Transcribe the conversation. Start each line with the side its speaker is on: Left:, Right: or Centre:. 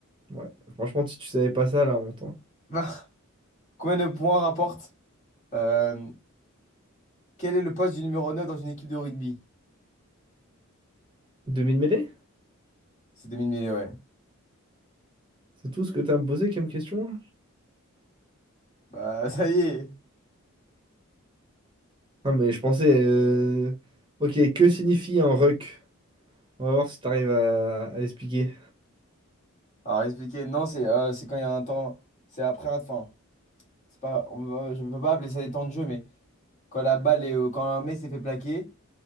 Right: Ouais. Franchement, si tu savais pas ça, la honte, hein.
Left: Bah, <laughs> Combien de points rapporte? euh, quel est le poste du numéro 9 dans une équipe de rugby?
Right: 2000 mêlées?
Left: C'est 2000 mille, mille, ouais.
Right: C'est tout ce que t'as à me poser comme question? hein
Left: Bah, ça y est.
Right: Non, mais je pensais. euh, Ok, que signifie un ruck? On va voir si t'arrives à... à expliquer.
Left: Alors, expliquer, non, c'est euh, c'est quand il y a un temps. C'est après un. Enfin, c'est pas, on va- je ne peux pas appeler ça des temps de jeu, mais quand la balle est. au- Quand un mec s'est fait plaquer,